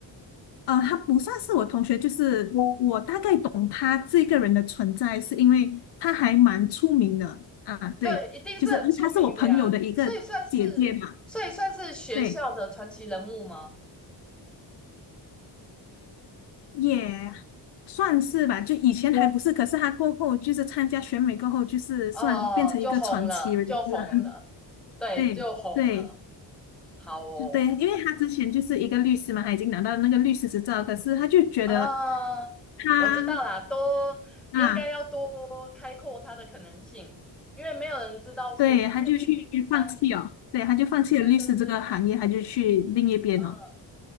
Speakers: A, on the left; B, in the centre.
A: 呃，他不算是我同学，就是我大概懂他这个人的存在，是因为他还蛮出名的啊。
B: 对，
A: 对，
B: 一定是很出名的呀，
A: 就是他是我朋友的一个姐姐嘛，
B: 所以算是所以算是学校的传奇人物吗？
A: 对，也算是吧。就以前还不是，可是他过后就是参加选美过后，就是算变成一个传奇人物了。
B: 哦，就红了，就红了，
A: <laughs>
B: 对，
A: 对对，
B: 就红了。好哦，
A: 就对，因为他之前就是一个律师嘛，他已经拿到那个律师执照，可是他就觉得
B: 啊，
A: 他。
B: 我知道啦，多应该要多开阔它的可能性，
A: 啊，
B: 因为没有人知道说，
A: 对，他就去放弃哦，
B: 因为毕竟在当地，
A: 对，他就放弃了律师这个行业，
B: 对对对，
A: 他就去另一边了。
B: 嗯，